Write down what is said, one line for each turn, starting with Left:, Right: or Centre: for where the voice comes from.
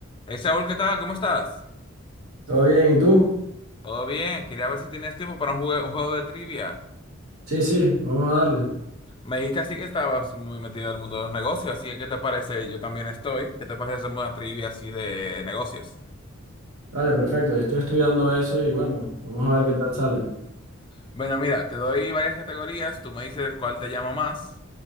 Left: Hey Saúl, ¿qué tal? ¿Cómo estás?
Right: ¿Todo bien? ¿Y tú?
Left: Todo bien, quería ver si tenías tiempo para un, jugue- un juego de trivia.
Right: Sí, sí, vamos a darle.
Left: Me dijiste así que estabas muy metido en el mundo de los negocios, así que ¿qué te parece? Yo también estoy. ¿Qué te parece hacer una trivia así de negocios?
Right: Dale, perfecto. Estoy estudiando eso y bueno, vamos a ver qué tal sale.
Left: Bueno, mira, te doy varias categorías, tú me dices cuál te llama más.